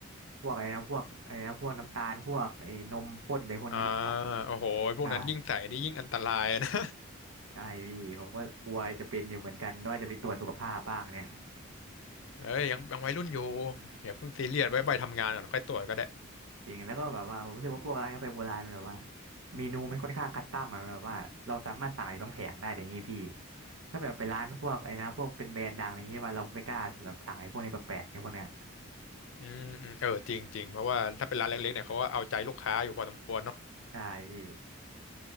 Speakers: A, on the right (about 80°); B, on the left (about 65°).
A: พวกอะไรนะพวกอะไรนะพวกน้ำตาลพวกไอ้นมข้นอะไรพวกนี้มากกว่า
B: อ่าโอ้โหพวกนั้นยิ่งใส่นี่ยิ่งอันตรายนะ
A: ใช่ใช่พี่ผมก็กลัวจะเป็นอยู่เหมือนกันว่าจะไปตรวจสุขภาพบ้างเนี่ย
B: <laughs> เอ้ยยังยังวัยรุ่นอยู่อย่าเพิ่งซีเรียสไว้ใบทำงานก่อนค่อยตรวจก็ได้
A: จริงแล้วก็แบบว่าผมรู้สึกว่าพวกร้านกาแฟโบราณมันแบบว่าเมนูมันค่อนข้างคัสตอมอะแบบว่าเราสามารถสั่งอะไรทั้งแผงได้อย่างนี้พี่ถ้าแบบไปร้านพวกไอ้นะพวกเป็นแบรนด์ดังอย่างนี้ว่าเราไม่กล้าแบบสั่งไอ้พวกนี้แปลกๆไอ้พวกเนี้ย
B: อืมอืมเออจริงจริงเพราะว่าถ้าเป็นร้านเล็กๆเนี่ยเขาก็เอาใจลูกค้าอยู่พอสมควรเนาะ
A: ใช่พี่